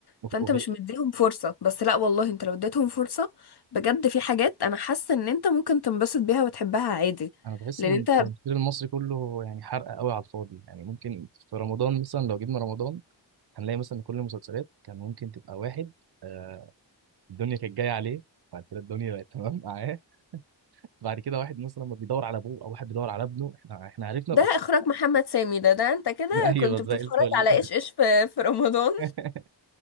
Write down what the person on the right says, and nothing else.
وغ-
انا بحس
ان
التمثيل المصري كله يعني حرق قوي على الفاضي يعني ممكن في رمضان مثلا لو جبنا رمضان هنلاقي مثلا كل المسلسلات كان ممكن تبقى واحد آه، الدنيا كانت جايه عليه بعد كده الدنيا بقت <laughs> تمام معاه بعد كده واحد مثلا ما بيدور على ابوه او واحد بيدور على ابنه احنا احنا عرفنا
الافكار
<laughs> ايوه
زي
الفل
<laughs>